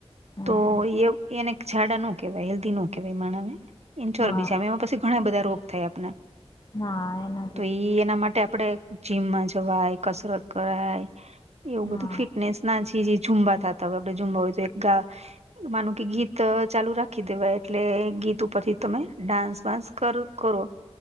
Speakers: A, on the right; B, on the left.
A: તો
B: હા
A: એ એને ાડા ન કેવાય હેલ્ધી નો કવાય મા ને એ ચોર
B: હા
A: બીજા એમાં પછી ઘણા બધા રોગ થયા આપણા
B: ના એના
A: તો ઈ એના માટે આપડે જીમમાં જવાય કસરત કરાય એવું
B: હા
A: બધું ફિટનેસ ના છે જે ઝુંબા થતા હોય આપડણે ઝુંબા હોય તો એક ગા માનું કે ગીત ચાલુ રાખી દેવાય એટલે ગીત ઉપરથી તમે ડાન્સ વાન્સ કર કરો